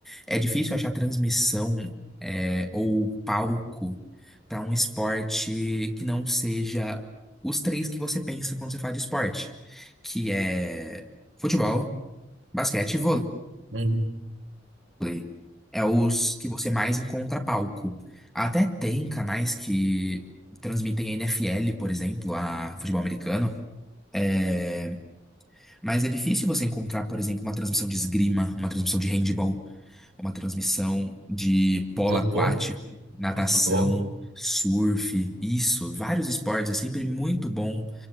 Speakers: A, in the centre; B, on the right.
A: é difícil achar transmissão, é, ou palco para um esporte que não seja os três que você pensa quando você fala de esporte, que é futebol, basquete e vôlei.
B: Hum,
A: Play. É os que você mais encontra palco. Até tem canais que transmitem NFL, por exemplo, a futebol americano. É, Mas é difícil você encontrar, por exemplo, uma transmissão de esgrima, uma transmissão de handball, uma transmissão de polo
B: judô,
A: aquático, natação,
B: um judô.
A: surf, isso, vários esportes. É sempre muito bom